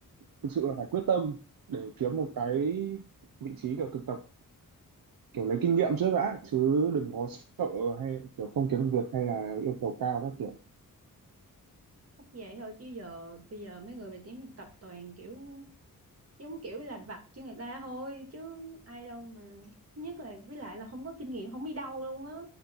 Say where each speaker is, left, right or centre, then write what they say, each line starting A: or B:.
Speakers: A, on the right; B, on the right.
A: thực sự là phải quyết tâm để kiếm một cái vị trí kiểu thực tập kiểu lấy kinh nghiệm trước đã chứ đừng có sợ hay kiểu không kiếm được việc hay là yêu cầu cao các kiểu
B: Chắc vậy thôi chứ giờ bây giờ mấy người về tiếng thực tập toàn kiểu giống kiểu làm vặt cho người ta thôi chứ ai đâu mà nhất là với lại là không có kinh nghiệm không đi đâu luôn á